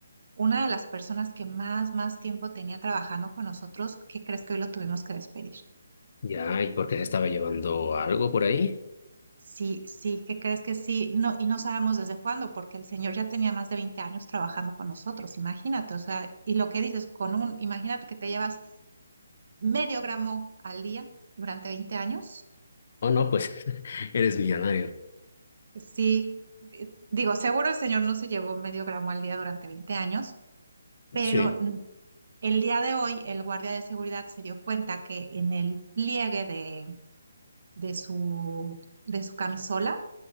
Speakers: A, on the right (about 60°); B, on the left (about 50°).
A: una de las personas que más, más tiempo tenía trabajando con nosotros, ¿qué crees que hoy lo tuvimos que despedir?
B: Ya, ¿y por qué se estaba llevando algo por ahí?
A: Sí, sí, ¿qué crees que sí? No, y no sabemos desde cuándo, porque el señor ya tenía más de 20 años trabajando con nosotros, imagínate, o sea, y lo que dices, con un, imagínate que te llevas medio gramo al día durante 20 años,
B: Oh, no, pues <laughs> eres millonario.
A: sí, eh, digo, seguro el señor no se llevó medio gramo al día durante 20 años, pero
B: Sí,
A: mm, el día de hoy el guardia de seguridad se dio cuenta que en el pliegue de, de su, de su camisola